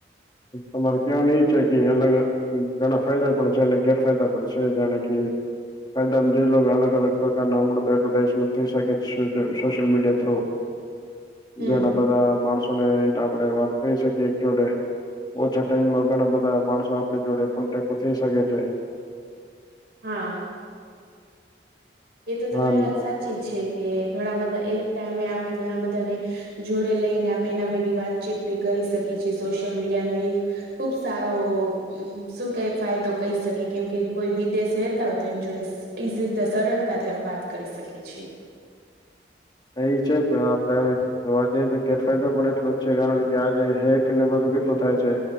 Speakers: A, on the left; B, on the right.
A: તમારે કવાનું એ છે કે, અલગ અ ઈ ઘણા ફાયદા પણ છે, અને ગેરફાયદા પણ છે, જાણે કે ફાયદા મ જોઈ લો કે અલગ અલગ પ્રકાર ના એડવર્ટાઈઝમેન્ટ થઈ શકે છે કે સોશિયલ મીડિયા થ્રુ
B: હમ
A: ઘણા બધા માણસોને આપડે વાત કરી શકીએ એક જોડે ઓછા ટાઈમમાં ઘણા બધા માણસો આપડી જોડે કોન્ટેક્ટમાં થઈ શકે છે
B: હા એ તો તમારી
A: હા
B: વાત સાચી છે કે, ઘણા બધા એક ટાઈમે આપે ઘણા બધાને જોડે લઈને આપે એના ભેગી વાતચીત ભી કરી શકીએ છીએ સોશિયલ મીડિયાનો ઈ ખુબ સારો શું કઈ ફાયદો શકીએ કેમ કે કોઈ વિદેશ રેતા હોય તો એની જોડે સ ઇસીતા સરળતાથી આપ વાત કરી શકીએ છીએ
A: એઈ છે પણ આપડે હવે તો આજે તો ગેરફાયદો પણ એટલો જ છે કારણ કે આજે હેક ને બધું કેટલું થાય છે